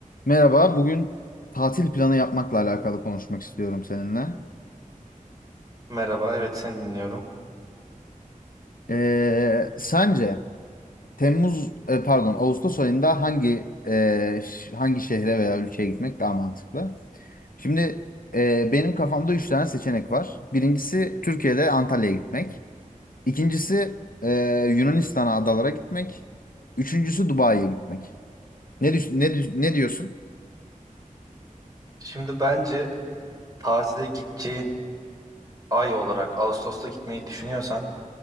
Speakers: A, on the left; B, on the right.
A: Merhaba, bugün tatil planı yapmakla alakalı konuşmak istiyorum seninle.
B: Merhaba, evet seni dinliyorum.
A: Ee, sence Temmuz, e, pardon, Ağustos ayında hangi e, ş- hangi şehre veya ülkeye gitmek daha mantıklı? Şimdi e, benim kafamda üç tane seçenek var. Birincisi Türkiye'de Antalya'ya gitmek. İkincisi e, Yunanistan'a adalara gitmek. Üçüncüsü Dubai'ye gitmek. Ne düş- ne dü- ne diyorsun?
B: Şimdi bence tatile gideceğin ay olarak Ağustos'ta gitmeyi düşünüyorsan